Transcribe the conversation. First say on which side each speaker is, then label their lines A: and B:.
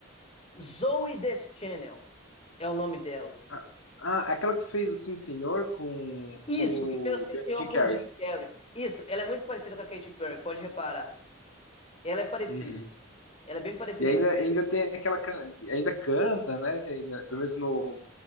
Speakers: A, on the left; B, on the left.
A: Zoe Deschanel é o nome dela.
B: Ah, ah, aquela que fez o Sim Senhor com,
A: Isso,
B: com
A: que fez
B: o
A: Sim
B: Ja-,
A: Senhor
B: Jim
A: com
B: Carrey.
A: Jim Carrey. Isso, ela é muito parecida com a Katy Perry, pode reparar. Ela é parecida.
B: Uhum.
A: Ela é bem parecida
B: E ainda,
A: com a
B: ainda tem aquela. can- Ainda canta, né? Ainda, pelo menos no,